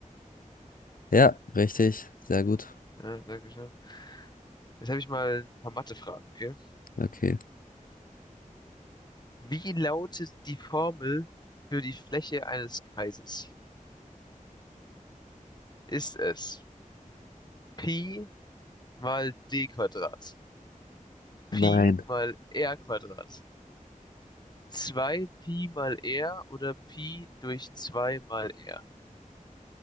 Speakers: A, on the left (about 85°); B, on the left (about 30°).
A: Ja, richtig. Sehr gut.
B: Ja, danke schön. Jetzt habe ich mal ein paar Mathe-Fragen, okay?
A: Okay.
B: Wie lautet die Formel für die Fläche eines Kreises? Ist es Pi mal D Quadrat, Pi
A: Nein.
B: mal R Quadrat, 2 Pi mal R oder Pi durch 2 mal R